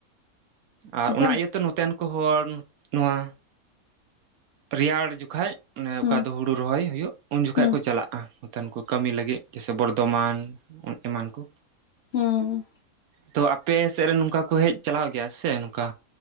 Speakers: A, on the right; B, on the left.
A: ᱟᱨ
B: ᱵᱟᱠᱷᱟᱱ
A: ᱚᱱᱟ ᱤᱭᱟᱹᱛᱮ ᱱᱚᱛᱮᱱ ᱠᱩ ᱦᱚᱲ ᱱᱚᱣᱟ ᱨᱮᱭᱟᱲ ᱡᱩᱠᱷᱟᱡ ᱚᱱᱮ
B: ᱦᱩᱸ
A: ᱚᱠᱟ ᱫᱚ ᱦᱩᱲᱩ ᱨᱚᱦᱚᱭ ᱦᱩᱭᱩᱜ ᱩᱱ ᱡᱩᱠᱷᱟᱡ
B: ᱦᱩᱸ
A: ᱠᱩ ᱪᱟᱞᱟᱜᱼᱟ᱾ ᱛᱮᱱ ᱠᱩ ᱠᱟᱹᱢᱤ ᱞᱟᱹᱜᱤᱫ ᱡᱮᱭᱥᱮ ᱵᱚᱨᱫᱚᱢᱟᱱ ᱚᱱ ᱮᱢᱟᱱ ᱠᱩ
B: ᱦᱩᱸ᱾
A: ᱛᱚ ᱟᱯᱮ ᱥᱮᱫ ᱨᱮᱱ ᱱᱩᱝᱠᱟ ᱠᱩ ᱦᱮᱡ ᱪᱟᱞᱟᱣ ᱜᱮᱭᱟ ᱥᱮ ᱱᱚᱝᱠᱟ